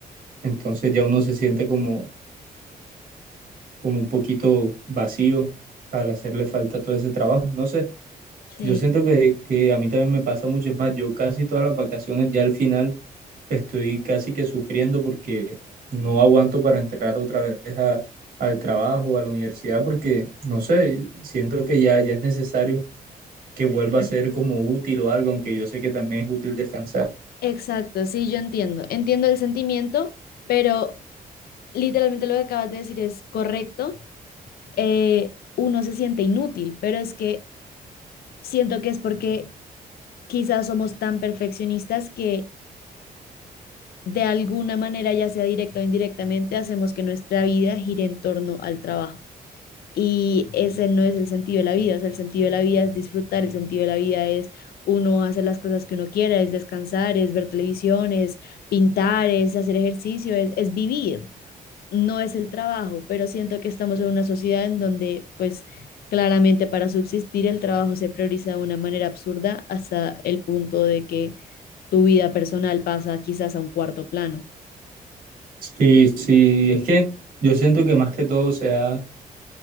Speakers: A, on the right (about 60°); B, on the left (about 80°).
A: Entonces ya uno se siente como, como un poquito vacío al hacerle falta todo ese trabajo. No sé,
B: Sí.
A: Yo siento que, que a mí también me pasa mucho, es más, yo casi todas las vacaciones ya al final estoy casi que sufriendo porque no aguanto para entrar otra vez a- al trabajo, a la universidad, porque no sé, siento que ya, ya es necesario que vuelva a ser como útil o algo, aunque yo sé que también es útil descansar.
B: Exacto, sí, yo entiendo. Entiendo el sentimiento, pero literalmente lo que acabas de decir es correcto. Eh, uno se siente inútil, pero es que siento que es porque quizás somos tan perfeccionistas que de alguna manera, ya sea directa o indirectamente, hacemos que nuestra vida gire en torno al trabajo. Y ese no es el sentido de la vida, o sea, el sentido de la vida es disfrutar, el sentido de la vida es uno hacer las cosas que uno quiera, es descansar, es ver televisión, es pintar, es hacer ejercicio, es, es vivir, no es el trabajo, pero siento que estamos en una sociedad en donde pues claramente para subsistir el trabajo se prioriza de una manera absurda hasta el punto de que tu vida personal pasa quizás a un cuarto plano.
A: Sí, sí, es que yo siento que más que todo se ha,